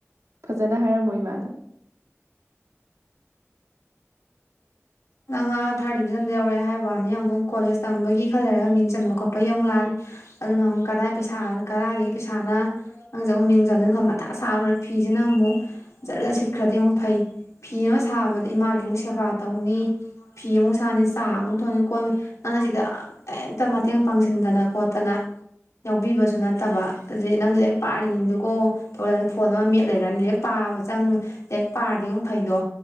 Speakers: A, on the right (about 85°); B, on the left (about 85°).
A: ꯐꯖꯅꯥ ꯍꯥꯏꯔꯝꯃꯣ ꯏꯃꯥꯗꯥ
B: ꯅꯪ ꯑ ꯊꯥꯔꯠ ꯗꯤꯕꯤꯖꯟꯗ ꯌꯧꯔꯦ ꯍꯥꯏꯕꯅꯤ ꯑꯃꯨꯛ ꯀꯣꯂꯦꯖ ꯇꯝꯕꯒꯤ ꯈꯜ ꯂꯩꯔꯒ ꯃꯤꯡ ꯆꯟꯕ ꯈꯣꯠꯄꯒꯤ ꯑꯃꯨꯛ ꯂꯥꯅꯤ ꯑꯗꯨꯅ ꯑꯃꯨꯛ ꯀꯗꯥꯏ ꯄꯩꯁꯥ ꯀꯗꯥꯏꯗꯒꯤ ꯄꯩꯁꯥꯅ ꯅꯪꯁꯦ ꯑꯃꯨꯛ ꯃꯤꯡ ꯆꯟꯗꯣꯏꯅꯣ ꯈꯟ ꯃꯊꯥ ꯁꯥꯂꯣꯏꯔꯦ ꯐꯤꯁꯤꯅ ꯑꯃꯨꯛ ꯖꯔ ꯖ ꯁꯤꯠꯈ꯭ꯔꯗꯤ ꯑꯃꯨꯛ ꯐꯩ ꯐꯤ ꯑꯃ ꯁꯥꯕꯗ ꯏꯃꯥꯒꯤ ꯑꯃꯨꯛ ꯁꯦꯕꯥ ꯇꯧꯅꯤ ꯐꯤ ꯑꯃꯨꯛ ꯁꯥꯅꯤ ꯆꯥ ꯑꯃꯨꯛ ꯊꯣꯡꯅꯤ ꯀꯣꯟ ꯅꯪꯅ ꯁꯤꯗ ꯀꯩꯝꯇ ꯃꯇꯦꯡ ꯄꯥꯡꯁꯤꯟꯗꯅ ꯈꯣꯠꯇꯅ ꯌꯥꯎꯕꯤꯕꯁꯨ ꯅꯠꯇꯕ ꯑꯗꯩ ꯅꯪ ꯂꯔꯤꯦꯛ ꯄꯥꯔꯤꯅꯤꯀꯣ ꯊꯧꯔꯛꯅ ꯐꯣꯟ ꯑꯃ ꯃꯦꯠ ꯂꯩꯈ꯭ꯔꯅꯤ ꯂꯔꯦꯛ ꯄꯥꯕ ꯆꯪ ꯂꯔꯦꯛ ꯄꯥꯔꯗꯤ ꯑꯃꯨꯛ ꯐꯩꯗꯣ